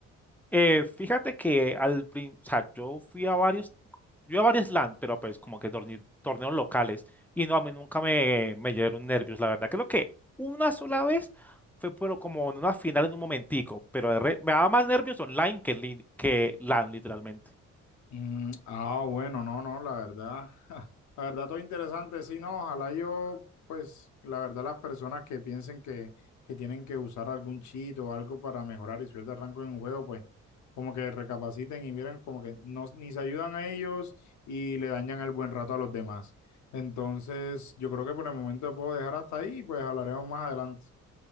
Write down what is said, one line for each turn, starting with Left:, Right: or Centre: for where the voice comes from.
Centre: Eh, fíjate que al prin- o sea, yo fui a varios, yo a varios LAN, pero pues como que torne- torneos locales, y no, a mí nunca me, me dieron nervios, la verdad. Creo que una sola vez fue pero como en una final en un momentico, pero de re- me daba más nervios online que, en lin- que LAN, literalmente.
Left: Mm, ah, bueno, no, no, la verdad, <laughs> la verdad todo interesante, sí, no, ojalá yo, pues, la verdad las personas que piensen que, que tienen que usar algún cheat o algo para mejorar y subir de rango en un juego, pues, como que recapaciten y miren como que no, ni se ayudan a ellos y le dañan el buen rato a los demás. Entonces, yo creo que por el momento puedo dejar hasta ahí y pues hablaremos más adelante.